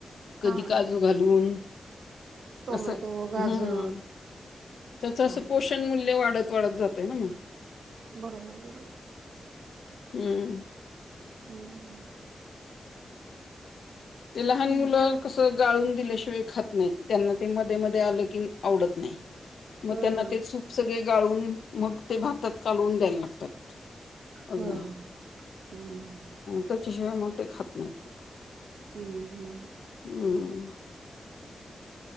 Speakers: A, on the left; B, on the right.
A: कधी
B: हा
A: काजू घालून.
B: टोमॅटो
A: असं
B: गाजर
A: हं त्याच अस
B: होय
A: पोष- मूल्य वाढत वाढत जात ना मग
B: बरोबर बरोबर
A: हम्
B: हम्म
A: ते लहान
B: म्हणजे
A: मुलं गाळून दिल्याशिवाय खात नाही त्यांना ते मध्ये मध्ये आलं की आवडत नाही मग
B: अ
A: त्यांना ते सूप सगळे गाळून मग ते भातात कालवून द्यायला लागतात अजून
B: हो हम्
A: त्याच्याशिवाय मग ते खात नाहीत
B: हम्म हम्म
A: हम्